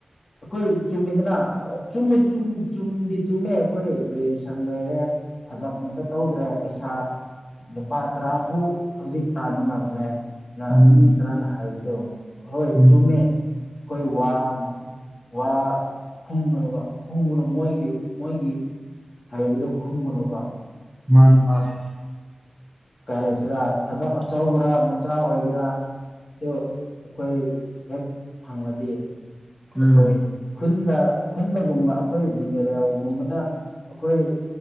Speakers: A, on the left; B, in the centre.
A: ꯑꯩꯈꯣꯏ ꯆꯨꯝꯃꯤꯗꯅ ꯆꯨꯝꯃꯤ ꯆꯨꯝꯗꯤ ꯆꯨꯝꯃꯦ ꯑꯩꯈꯣꯏ ꯒ꯭ꯔꯦꯖꯨꯦꯁꯟ ꯂꯣꯏꯔꯦ ꯊꯕꯛ ꯑꯝꯇ ꯇꯧꯗ꯭ꯔꯦ ꯄꯩꯁꯥ ꯂꯨꯄꯥ ꯇꯔꯥ ꯐꯥꯎ ꯍꯧꯖꯤꯛ ꯇꯥꯟꯕ ꯉꯝꯗ꯭ꯔꯦ
B: ꯎꯝ
A: ꯃꯤ ꯈꯔꯅ ꯍꯥꯏꯕꯗꯣ ꯍꯣꯏ
B: ꯎꯝ
A: ꯆꯨꯝꯃꯦ ꯑꯩꯈꯣꯏ ꯋꯥꯡ ꯋꯥ ꯈꯨꯝꯒꯨꯅꯕ ꯈꯣꯡꯒꯨꯅ ꯃꯣꯏꯒꯤ ꯃꯣꯏꯒꯤ ꯍꯥꯏꯔꯤꯕꯗꯨꯣ ꯈꯨꯝꯕꯅꯣꯕ
B: ꯃꯥꯅꯦ ꯃꯥꯅꯦ
A: ꯀꯩ ꯍꯥꯏꯁꯤꯔꯥ ꯊꯕꯛ ꯑꯆꯧꯕ꯭ꯔꯥ ꯃꯆꯥ ꯑꯣꯏꯒꯦꯔꯥ ꯑꯣ ꯑꯩꯈꯣꯏ ꯍꯦꯛ ꯐꯪꯂꯗꯤ ꯑꯩꯈꯣꯏ
B: ꯎꯝ
A: ꯈꯨꯟꯗ ꯈꯨꯟꯗꯒꯨꯝꯕ ꯑꯩꯈꯣꯏ ꯖꯤꯅꯦꯔꯤꯌꯥꯒꯨꯝꯕꯅ ꯑꯩꯈꯣꯏ